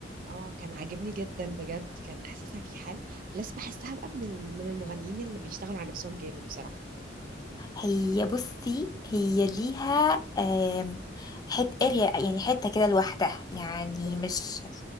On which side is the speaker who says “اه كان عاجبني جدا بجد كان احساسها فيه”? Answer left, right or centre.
Right